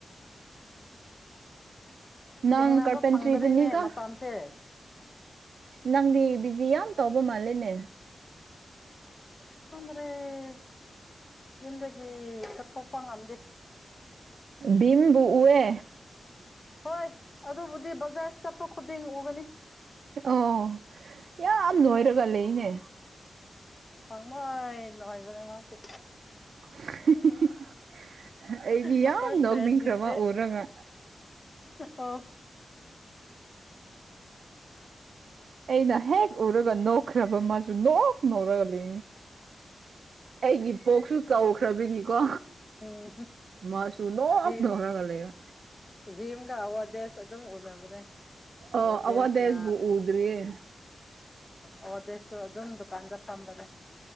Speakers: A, on the right; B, on the left.
A: ꯅꯪ
B: ꯊꯦꯡꯅꯕ
A: ꯀꯥꯔꯄꯦꯟꯇ꯭ꯔꯤꯗꯨꯅꯤꯒ
B: ꯐꯪꯗ꯭ꯔꯦꯅꯦ ꯃꯇꯝꯁꯦ
A: ꯅꯪꯗꯤ ꯌꯥꯝ ꯇꯧꯕ ꯃꯥꯜꯂꯦꯅꯦ
B: <unintelligible> ꯌꯨꯝꯗꯒꯤ ꯆꯊꯣꯛꯄ ꯉꯝꯗꯦ
A: ꯕꯤꯝꯕꯨ ꯎꯋꯦ
B: ꯍꯣꯏ ꯑꯗꯨꯕꯨꯗꯤ ꯕꯖꯥꯔ ꯆꯠꯄ ꯈꯨꯗꯤꯡ ꯎꯒꯅꯤ
A: ꯑꯣ ꯌꯥꯝ ꯅꯣꯏꯔꯒ ꯂꯩꯅꯦ
B: ꯄꯪꯅꯣꯏ <unintelligible> ꯃꯥꯁꯦ
A: <inaudible> ꯑꯩꯗꯤ
B: ꯑꯩꯈꯣꯏ
A: ꯌꯥꯝ ꯅꯣꯛꯅꯤꯡꯈ꯭ꯔꯕ
B: ꯐ꯭ꯔꯦꯟꯁꯤꯡꯁꯦ
A: ꯎꯔꯒ
B: ꯑꯣ
A: ꯑꯩꯅ ꯍꯦꯛ ꯎꯔꯒ ꯅꯣꯛꯈ꯭ꯔꯕ ꯃꯥꯁꯨ ꯅꯣꯛ ꯉꯧꯔꯛꯒꯂꯤ ꯑꯩꯒꯤ ꯄꯣꯛꯁꯨ ꯆꯥꯎ ꯐ꯭ꯔꯕꯤꯜꯒꯤꯀꯣ
B: ꯎꯝ
A: ꯃꯥꯁꯨ ꯅꯣꯛꯇ꯭ꯔꯒ
B: ꯚꯤꯝ
A: ꯂꯩꯕ
B: ꯚꯤꯝꯒ ꯑꯋꯥꯔꯗꯦꯁ ꯑꯗꯨꯝ ꯎꯅꯕꯅꯦ
A: ꯑꯣ
B: ꯗꯁ
A: ꯑꯋꯥꯗꯦꯁꯕꯨ ꯎꯗ꯭ꯔꯤꯌꯦ
B: ꯑꯣꯗꯦꯁꯨ ꯑꯗꯨꯝ ꯗꯨꯀꯥꯟꯗ ꯑꯝꯕꯗ